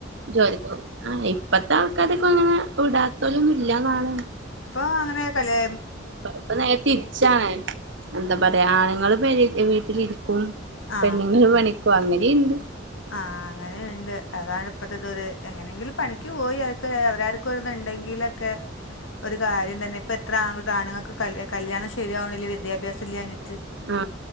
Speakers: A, on the right; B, on the left.
A: ജോലികൊ ആ ഇപ്പത്തെ ആൾക്കാരൊക്കെ അങ്ങനെ വിടാതോലൊന്നും ഇല്ലാന്നാണ്
B: ആ അങ്ങനെകല്ലെ
A: ഇപ്പൊ നേരെ തിരിച്ചാണ് എന്താ പറയാ ആണുങ്ങള് പേരെ വീട്ടിലിരിക്കും.
B: ആ
A: പെണ്ണുങ്ങ്ൾ പണിക്കോവും അങ്ങനീണ്ട്.
B: ആ അങ്ങനെ ണ് ത് അതാണ് ഇപ്പത്തെ ഇത് ഒരു എങ്ങനെങ്കിലും പണിക്ക് പോയിഒക്കെ അവരോർക്ക്ത്ണ്ടെങ്കിലൊക്കെ ഒരു കാര്യം തന്നെ പ്പെ ത്ര ആണ്ങ്ങക്ക കല് കല്യാണം ശര്യാവ്ണില്ല വിദ്യാഭ്യാസല്ല്യാഞ്ഞി
A: ആ